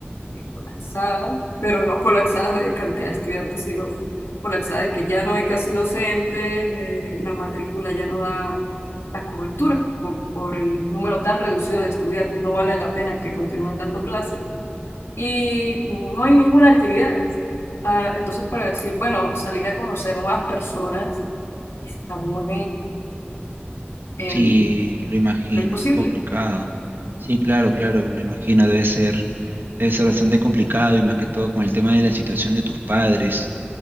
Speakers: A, on the left; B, on the right.
A: eh, colapsada, pero no colapsada de cantidad de estudiantes, sino colapsada de que ya no hay casi docente, eh, la matrícula ya no da la cobertura por, por el número tan reducido de estudiantes, no vale la pena que continúen dando clases y no hay ninguna actividad. Ah, entonces, para decir, bueno, salir a conocer nuevas personas está muy eh,
B: Sí, lo imagino,
A: imposible.
B: es complicado. Sí, claro, claro, lo imagino, debe ser, debe ser bastante complicado y más que todo con el tema de la situación de tus padres,